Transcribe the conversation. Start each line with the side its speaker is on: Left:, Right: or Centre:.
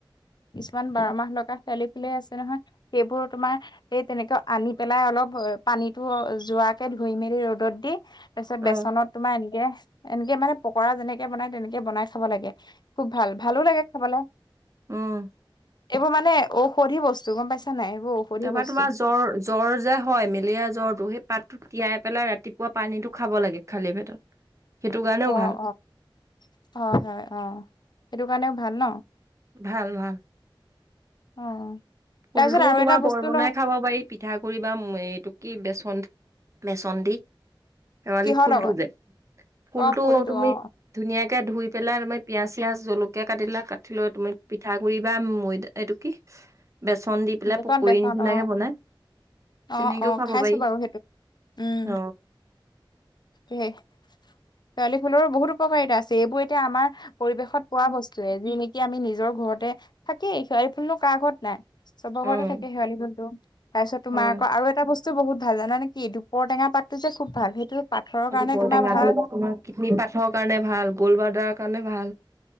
Left: কিছুমান বাৰ মাহ লগা শেৱালি ফুলেই আছে নহয় সেইবোৰ। তোমাৰ স তেনেকে আনি পেলাই অলপ পানীটো যোৱাকে ধুই মেলি ৰ'দত দি। তাৰ পিছত
Right: অ
Left: বেচনত তোমাৰ এনেকে এনেকে মানে পকৰা যেনেকে বনাই তেনেকে বনাই খাব লাগে। খুব ভাল ভালো লাগে খাবলে
Right: উম
Left: এইবোৰ মানে ঔষধি বস্তু গম পাইছা নাই এইবোৰ ঔষধি
Right: তাৰ পৰা
Left: বস্তু
Right: তোমাৰ জ্বৰ জ্বৰ যে হয় মেলেৰিয়া জ্বৰটো সেই পাতটো তিয়াই পেলাই ৰাতিপুৱা পানীটো খাব লাগে খালি পেটত সেইটো কাৰণেও
Left: অ
Right: ভাল
Left: অ হয় হয় অ সেইটো কাৰণেও ভাল ন
Right: ভাল ভাল
Left: অ তাৰপিছত
Right: ফুলটোও
Left: আৰু
Right: তোমাৰ
Left: এটা
Right: বৰ
Left: বস্তু
Right: বনাই
Left: ন
Right: খাব পাৰি পিঠাগুৰি বা এইটো কি বেচ খন বেচন দি শেৱালি
Left: কিহৰ
Right: ফুলটো
Left: লগত
Right: যে ফুলটো
Left: অ
Right: তুমি
Left: অ
Right: ধুনীয়াকে ধুই পেলাই তুমি পিয়াজ পিঁয়াজ জলকীয়া কাটিলা কাটি লৈ তুমি পিঠাগুৰি বা মৈদা এইটো কি বেচন দি পেলাই
Left: বেচন
Right: পকৰীৰ
Left: বেচন
Right: নিচিনাকে
Left: অ
Right: বনাই। তেনেকেও
Left: অ অ
Right: খাব
Left: খাইছো
Right: পাৰি
Left: বাৰু সেইটো উম।
Right: অ
Left: শেৱালি ফুলৰো বহুত উপকাৰিতা আছে এইবোৰ এ এতিয়া আমাৰ পৰিৱেশত পোৱা বস্তুৱে যি নিক কি আমি নিজৰ ঘৰতে থাকেই শেৱালি ফুলনো কাৰ ঘৰত নাই চবৰ
Right: উম
Left: ঘৰতে থাকে শেৱালি ফুল টো তাৰপিছত তোমাৰ
Right: হয়
Left: আকৌ আৰু এটা বস্ত বহুত ভাল জানানে কি দুপৰটেঙা পাতটো যে খুব ভাল সেইটো পাথৰৰ কাৰণে
Right: দুপৰটেঙাটো
Left: তোমাৰ ভাল
Right: তোমাৰ কিডনী পাঠৰ কাৰণে ভাল গ'ল্ড বাৰ্ডাৰৰ কাৰণে ভাল